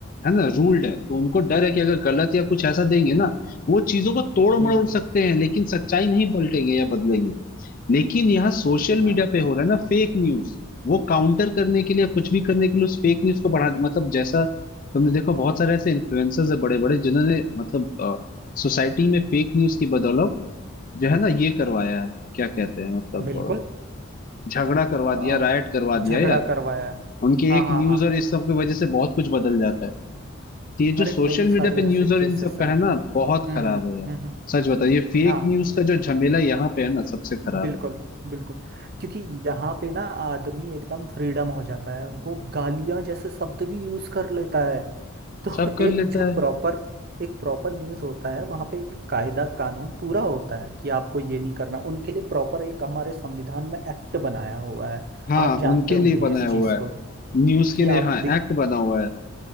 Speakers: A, on the left; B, on the right.
A: है ना रूल्ड है तो उनको डर है कि अगर गलत या कुछ ऐसा देंगे ना वो चीजों को तोड़
B: हम्म
A: मरोड़ सकते हैं लेकिन सच्चाई नहीं पलटेंगे या बदलेंगे लेकिन यहाँ सोशल
B: हाँ
A: मीडिया पे हो रहा है ना फेक न्यूज वो काउंटर करने के लिए कुछ भी करने के लिए उस फेक न्यूज को बढ़ा मतलब जैसा तुमने देखो बहुत सारे ऐसे इन्फ्लुएंसर्स है बड़े बड़े जिन्होंने मतलब सोसाइटी में फेक न्यूज की बदौलत जो है ना ये करवाया है क्या कहते हैं मतलब
B: बिल्कुल
A: अ, झगड़ा करवा
B: अ,
A: दिया राइट करवा दिया
B: झगड़ा
A: यार
B: करवाया है
A: उनके
B: हाँ
A: एक
B: हाँ
A: न्यूज
B: हाँ
A: और इस सब की वजह से बहुत कुछ बदल जाता है तो ये
B: अरे
A: जो सोशल
B: कई
A: मीडिया
B: सारे
A: पे
B: ऐसे
A: न्यूज
B: केसेस
A: और इन सब का
B: हैं
A: है ना बहुत
B: हम्म
A: खराब
B: हम्म
A: है यार
B: हम्म हम्म,
A: सच बताओ ये फेक
B: हाँ
A: न्यूज का जो झमेला यहाँ पे है ना सबसे खराब
B: बिल्कुल
A: है
B: बिल्कुल क्योंकि यहाँ पे ना आदमी एकदम फ्रीडम हो जाता है वो गालियां जैसे शब्द भी यूज कर लेता है तो
A: सब
B: <laughs>
A: कर
B: एक
A: लेता
B: जो
A: है
B: प्रॉपर एक प्रॉपर न्यूज़ होता है वहाँ पे एक कायदा कानून पूरा होता है कि आपको ये नहीं करना उनके लिए प्रॉपर एक हमारे संविधान में एक्ट बनाया हुआ है
A: हाँ
B: आप जानते
A: उनके
B: होंगे
A: लिए बनाया
B: इस
A: हुआ
B: चीज़
A: है
B: को
A: न्यूज के
B: कि
A: लिए
B: आप
A: हाँ
B: दि-
A: एक्ट बना हुआ है